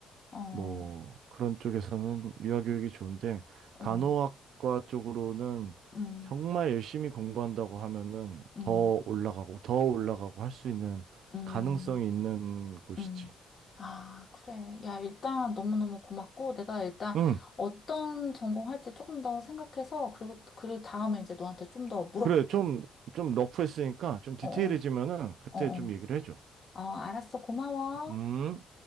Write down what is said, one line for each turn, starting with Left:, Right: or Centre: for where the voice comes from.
Left: 어,
Right: 뭐 그런 쪽에서는 유아 교육이 좋은데
Left: 어,
Right: 간호학과 쪽으로는
Left: 음,
Right: 정말 열심히 공부한다고 하면은
Left: 음,
Right: 더 올라가고 더 올라가고 할 수 있는
Left: 음. 음.
Right: 가능성이 있는 곳이지.
Left: 음. 아, 그래. 야, 일단 너무너무 고맙고, 내가 일단
Right: 응,
Left: 어떤 전공할지 조금 더 생각해서, 그리고, 그리고 다음에 이제 너한테 좀 더 물어볼게.
Right: 그래. 좀, 좀 러프했으니까 좀 디테일해지면은
Left: 어어,
Right: 그때
Left: 어어. 어,
Right: 좀
Left: 어.
Right: 얘기를 해줘.
Left: 아, 알았어. 고마워.
Right: 음.